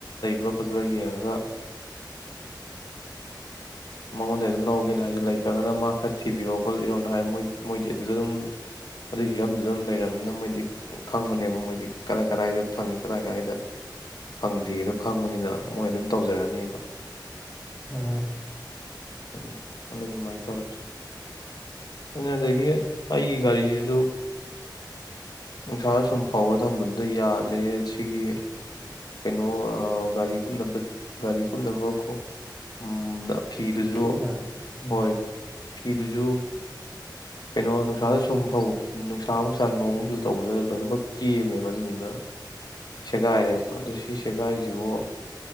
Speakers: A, on the left; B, in the centre.
A: <unintelligible> ꯈꯣꯠꯄ꯭ꯔꯥ ꯌꯦꯡꯉꯒ ꯃꯉꯣꯟꯗ ꯑꯗꯨꯝ ꯂꯧꯒꯦꯅ ꯍꯥꯏꯁꯦ ꯂꯩꯇ꯭ꯔꯒꯅ ꯃꯥ ꯈꯔ ꯊꯤꯕꯤꯔꯣ ꯈꯣꯠꯂꯤꯔꯣꯅ <unintelligible> ꯃꯣꯏꯗꯤ ꯑꯗꯨꯗ ꯑꯗꯨꯝ ꯑꯗꯨ ꯍꯤꯔꯝꯗꯨꯗ ꯑꯗꯨꯝ ꯂꯩꯔꯕꯅꯤꯅ ꯃꯣꯏꯗꯤ ꯈꯪꯕꯅꯦꯕ ꯃꯣꯏꯗꯤ ꯀꯗꯥꯏ ꯀꯗꯥꯏꯗ ꯐꯪꯉꯤ ꯀꯗꯥꯏ ꯀꯗꯥꯏꯗ ꯐꯪꯗꯦ ꯑꯗꯣ ꯈꯪꯕꯅꯤꯅ ꯃꯣꯏ ꯑꯗꯨꯝ ꯇꯧꯖꯔꯅꯤꯕ
B: ꯑ
A: ꯎꯝ ꯑꯗꯨꯅ ꯑꯗꯨꯃꯥꯏꯅ ꯇꯧꯔꯤꯁꯦ ꯑꯗꯨ ꯑꯗꯒꯤ ꯑꯩꯒꯤ ꯒꯥꯔꯤꯁꯨ ꯅꯨꯡꯁꯥ ꯁꯨꯝ ꯐꯧꯔ ꯊꯝꯕꯗꯨꯗ ꯌꯥꯗ꯭ꯔꯦ ꯁꯤꯒꯤ ꯀꯩꯅꯣ ꯒꯥꯔꯤ ꯀꯨꯞꯅꯕ ꯒꯥꯔꯤ ꯀꯨꯞꯅꯕꯀꯣ꯫ ꯎꯝ ꯐꯤꯗꯨꯁꯨ
B: ꯐꯤꯗꯣ ꯎꯝ
A: ꯍꯣꯏ꯫ ꯐꯤꯗꯨꯁꯨ ꯀꯩꯅꯣ ꯅꯨꯡꯁꯥꯗ ꯁꯨꯝ ꯐꯧ ꯅꯨꯡꯁꯥ ꯑꯃꯨꯛ ꯁꯥ ꯅꯣꯡ ꯑꯃꯨꯛ ꯆꯨ ꯇꯧꯕꯗ ꯂꯣꯏꯅꯃꯛ ꯀꯦꯝꯃꯦꯕ ꯑꯗꯨꯗꯨꯅ ꯁꯦꯒꯥꯏꯔꯦꯕ ꯑꯗꯨ ꯁꯤ ꯁꯦꯒꯥꯏꯔꯤꯁꯤꯕꯨ꯫